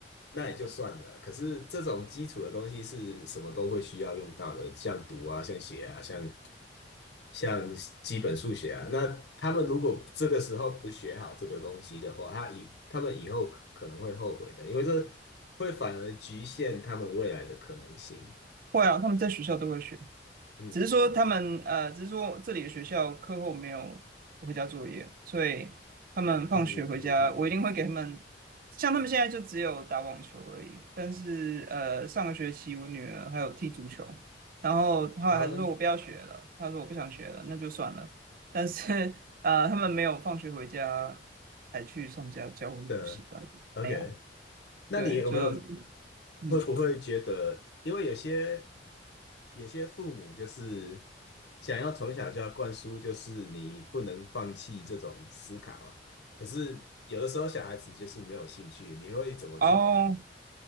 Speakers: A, on the left; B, on the right.
A: 那也就算了。可是这种基础的东西是什么都会需要用到的，像读啊，像写啊，像像基本数学啊。那他们如果这个时候不学好这个东西的话，他以他们以后可能会后悔的，因为这会反而局限他们未来的可能性。
B: 会啊，他们在学校都会学，
A: 嗯嗯
B: 只是说他们呃，只是说这里的学校课后没有回家作业，所以他们放学回家，
A: 嗯嗯嗯嗯嗯嗯，
B: 我一定会给他们。像他们现在就只有打网球而已，但是呃，上个学期我女儿还有踢足球，然后后来还是说我不要学了，
A: 好
B: 她说我不想学了，那就算了。但是呃，他们没有放学回家还去上家教或者补习班，
A: 的，OK。
B: 没有，
A: 那你有没有
B: 对，就嗯，
A: 会不会觉得，因为有些有些父母就是想要从小就要灌输，就是你不能放弃这种思考，可是有的时候小孩子就是没有兴趣，你会怎么去
B: 哦。